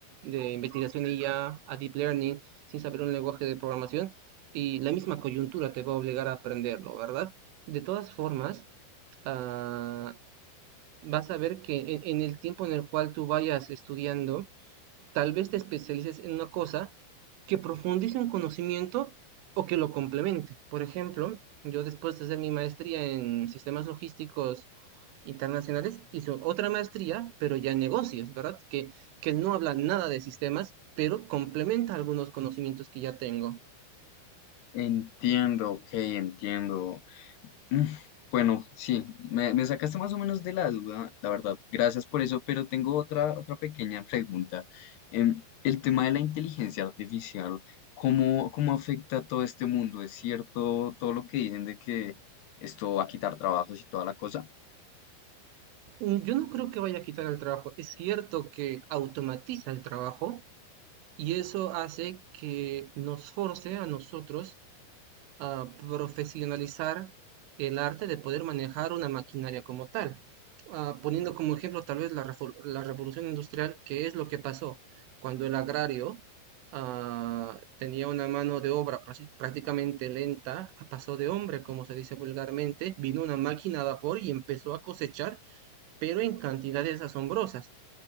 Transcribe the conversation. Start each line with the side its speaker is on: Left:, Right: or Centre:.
Right: de investigación IA, a a deep learning, sin saber un lenguaje de programación, y la misma coyuntura te va a obligar a aprenderlo, ¿verdad? De todas formas, ah, vas a ver que en, en el tiempo en el cual tú vayas estudiando, tal vez te especialices en una cosa que profundice un conocimiento o que lo complemente. Por ejemplo, yo después de hacer mi maestría en sistemas logísticos internacionales, hice otra maestría, pero ya en negocios, ¿verdad? Que, que no habla nada de sistemas, pero complementa algunos conocimientos que ya tengo.
Left: Entiendo, ok, entiendo. Mm, Bueno, sí, me, me sacaste más o menos de la duda, la verdad. Gracias por eso, pero tengo otra, otra pequeña pregunta. Em, el tema de la inteligencia artificial, ¿cómo, cómo afecta a todo este mundo? ¿Es cierto todo lo que dicen de que esto va a quitar trabajos y toda la cosa?
Right: Mm, Yo no creo que vaya a quitar el trabajo. Es cierto que automatiza el trabajo, Y eso hace que nos force a nosotros a profesionalizar el arte de poder manejar una maquinaria como tal. Ah, poniendo como ejemplo tal vez la, refor- la revolución industrial, que es lo que pasó cuando el agrario ah, tenía una mano de obra prasi- prácticamente lenta, a paso de hombre, como se dice vulgarmente, vino una máquina a vapor y empezó a cosechar, pero en cantidades asombrosas.